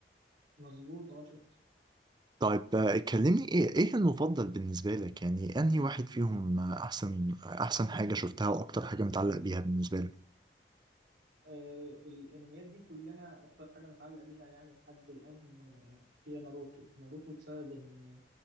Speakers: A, on the right (about 85°); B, on the right (about 25°).
A: مظبوط اه شفت
B: طيب آه، كلمني ايه ايه المفضل بالنسبة لك يعني انهي واحد فيهم آه، احسن احسن حاجة شفتها واكتر حاجة متعلق بيها بالنسبة لك
A: آه، الانميات دي كلها اكتر حاجه متعلقه بيها يعني لحد الان آه، هي ناروتو ناروتو بسبب ان